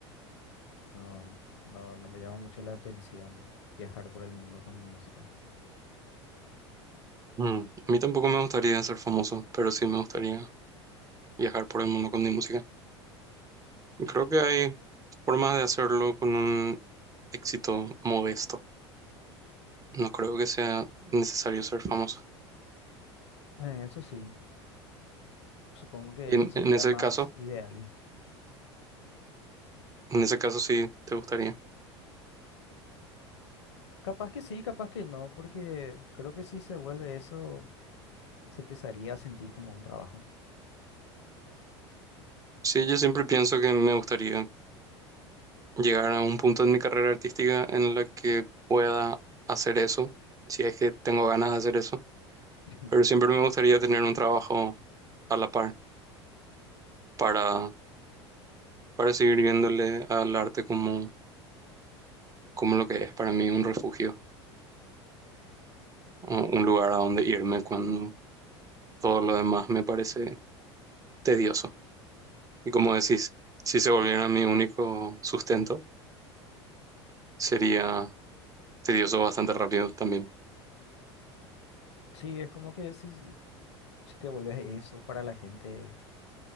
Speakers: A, on the left; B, on the right.
A: No, no, no me llama mucho la atención viajar por el mundo con mi música.
B: Mm, A mí tampoco me gustaría ser famoso, pero sí me gustaría viajar por el mundo con mi música. Y Creo que hay formas de hacerlo con un éxito modesto. No creo que sea necesario ser famoso.
A: Eh, eso sí, supongo que
B: Y
A: eso
B: en,
A: sería
B: en ese
A: más
B: caso,
A: ideal.
B: en ese caso sí te gustaría.
A: Capaz que sí, capaz que no, porque creo que si se vuelve eso, se empezaría a sentir como un trabajo.
B: Sí, yo siempre pienso que me gustaría llegar a un punto en mi carrera artística en la que pueda hacer eso, si es que tengo ganas de hacer eso.
A: <laughs>
B: Pero siempre me gustaría tener un trabajo a la par para para seguir viéndole al arte como, como lo que es para mí un refugio, o un lugar a donde irme cuando todo lo demás me parece tedioso. Y como decís, si se volviera mi único sustento, sería tedioso bastante rápido también.
A: Sí, es como que si, si si te vuelves eso para la gente,